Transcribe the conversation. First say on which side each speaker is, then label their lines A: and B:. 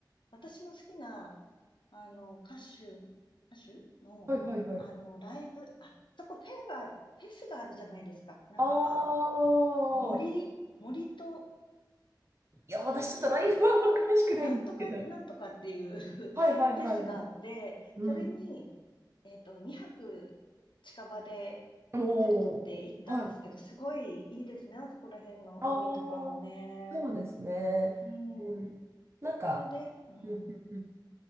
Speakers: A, on the left; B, on the right.
A: 私の好きな、あの、歌手、歌手の、
B: はいはいはい。
A: あの、ライブ、あ、そこフェアが、フェスがあるじゃないですか。なんか、
B: ああ、
A: あ、森、森と
B: いや、私ちょっとライフはあんま詳しくないんですけど。
A: 市、なんとか、なんとかっていう <laughs> フェスがあって、
B: はいはいはいはい。うん。
A: それに、えっと、2泊近場でホテル取って行ったんですけど、
B: おお。はい。あ
A: すごいいいですね。あそこら辺の海とかもね。
B: あ、そうですね。
A: うん。
B: うん。なんか、
A: それで、うん。
B: うんうんうん